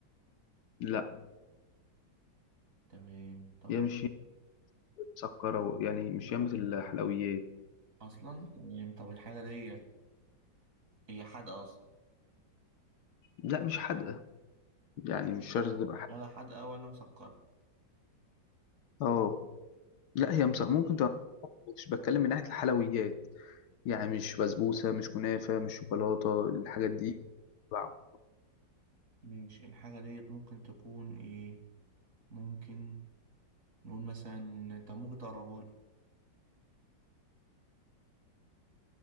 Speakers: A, on the left; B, on the right.
A: لا
B: تمام طب
A: هي
B: الح-
A: مش مسكره يعني مش ياما الحلويات
B: أصلا تمام طب الحاجة ديت هي حادقة أصلا
A: لا مش حادقة يعني مش شرط تبقى حادقة
B: ولا حادقة ولا مسكرة
A: اه لا
B: ممكن
A: هي مص... ممكن تبقى مش بتكلم من ناحية الحلويات يعني مش بسبوسة مش كنافة مش شوكولاتة الحاجات دي تبع
B: ماشي الحاجة ديت ممكن تكون ايه ممكن نقول مثلا طب ممكن تقربها لي